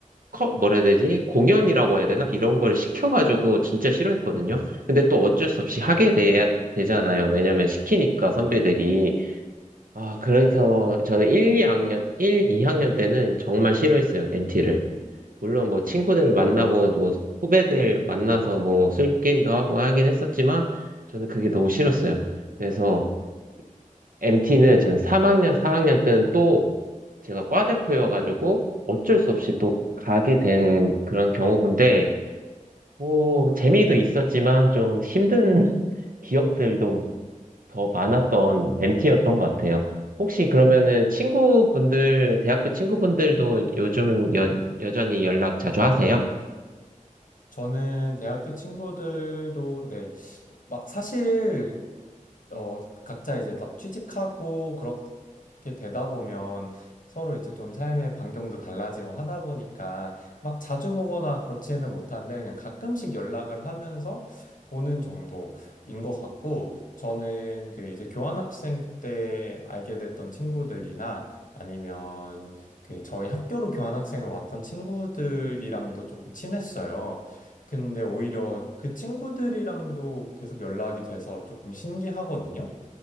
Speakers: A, on the right; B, on the left.
A: 커, 뭐라 해야 되지? 공연이라고 해야 되나? 이런 걸 시켜가지고 진짜 싫어했거든요. 근데 또 어쩔 수 없이 하게 돼, 되잖아요. 왜냐면 시키니까 선배들이. 아, 그래서 저는 1, 2학년, 일, 이 학년 때는 정말 싫어했어요, m t 를 물론 뭐 친구들 만나고 뭐 후배들 만나서 뭐 술 게임도 하고 하긴 했었지만 저는 그게 너무 싫었어요. 그래서 MT는 저는 3학년, 4학년 때는 또 제가 과대표여가지고 어쩔 수 없이 또 가게 된 그런 경우인데 뭐 재미도 있었지만 좀 힘든 <laughs> 기억들도 더 많았던 MT였던 것 같아요. 혹시 그러면은 친구분들, 대학교 친구분들도 요즘 여, 여전히 연락 자주 하세요?
B: 저는 대학교 친구들도 네, 막 사실 어, 각자 이제 다 취직하고 그렇게 되다 보면 서로 이제 좀 삶의 반경도 달라지고 하다 보니까 막 자주 보거나 그렇지는 못한데 그냥 가끔씩 연락을 하면서 보는 정도인 것 같고 저는 그 이제 교환학생 때 알게 됐던 친구들이나 아니면 그 저희 학교로 교환학생을 왔던 친구들이랑도 조금 친했어요. 근데 오히려 그 친구들이랑도 계속 연락이 돼서 조금 신기하거든요.